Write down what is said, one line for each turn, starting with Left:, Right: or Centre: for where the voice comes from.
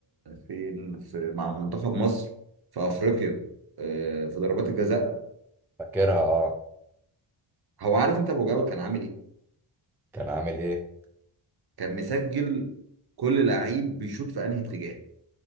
Right: فين في مع منتخب مصر في افريقيا آه، في ضربات الجزاء
Centre: فاكرها اه
Right: هو عارف انت ابو جبل كان عامل ايه
Centre: كان عامل ايه
Right: كان مسجل كل لعيب بيشوط في انهي اتجاه